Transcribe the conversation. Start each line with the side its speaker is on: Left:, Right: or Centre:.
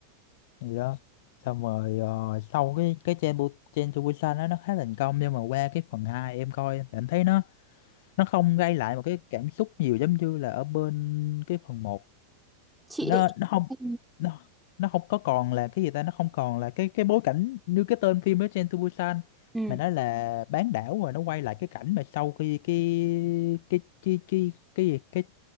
Left: gì đó xong rồi ờ, sau cái cái trên Bu- trên Busan đó nó khá thành công nhưng mà qua cái phần 2 em coi em thấy nó nó không gây lại một cái cảm xúc nhiều giống như là ở bên cái phần một
Centre: Chị
Left: nó
Centre: lại
Left: nó không
Centre: Ừ.
Left: nó nó không có còn là cái gì ta nó không còn là cái cái bối cảnh như cái tên phim đó Train to Busan
Centre: Ừ.
Left: mà nó là bán đảo rồi nó quay lại cái cảnh mà sau khi cái cái cái cái cái gì cái